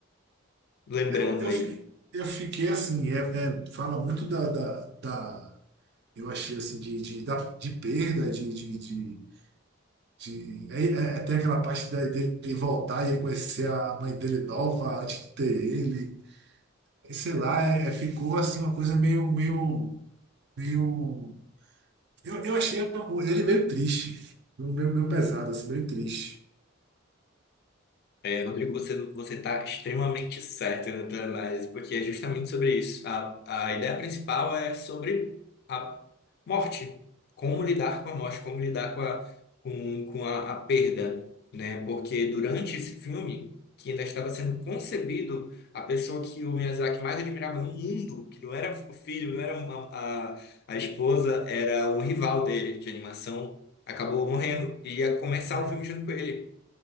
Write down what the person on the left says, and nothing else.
lembrando
aí?
É, Rodrigo, você você está extremamente certo na tua análise, porque é justamente sobre isso. A, a ideia principal é sobre a morte, como lidar com a morte, como lidar com a, com, com a, a perda, né? Porque durante esse filme, que ainda estava sendo concebido, a pessoa que o Miyazaki mais admirava no mundo, que não era o filho, não era uma- a, a esposa, era um rival dele de animação, acabou morrendo e ia começar
o filme junto com ele.